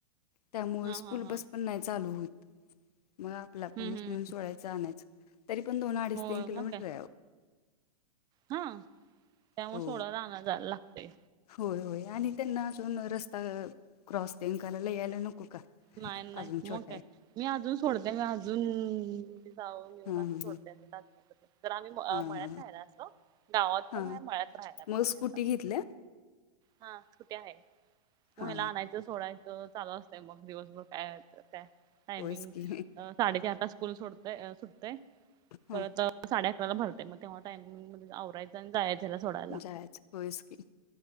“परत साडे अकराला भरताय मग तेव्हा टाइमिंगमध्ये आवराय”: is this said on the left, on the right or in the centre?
Right